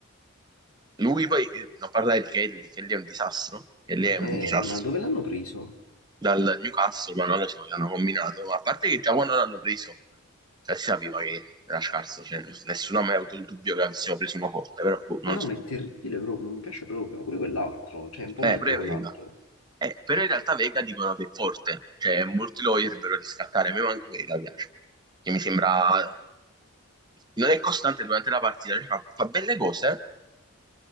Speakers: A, on the right (about 20°); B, on the left (about 80°).
A: Lui poi, eh, non parlare di Kelly, Kelly è un disastro, Kelly è
B: Eh,
A: un disastro.
B: ma dove l'hanno preso?
A: Dal Newcastle, ma non lo so che hanno combinato, ma a parte che già quando l'hanno preso, già si sapeva che era scarso, cioè, nessuno ha mai avuto il dubbio che avessimo preso uno forte, però boh, non
B: No,
A: so.
B: ma è terribile proprio, non mi piace proprio. Pure quell'altro, cioè è un po'
A: Eh,
B: meglio
A: pure
B: quell'altro.
A: Vega. Eh, però in realtà Vega dicono che è forte, cioè molti lo vorrebbero riscattare, a me manco Vega piace, che mi sembra...
B: No,
A: Non è costante durante la partita, cioè, fa, fa belle cose, eh.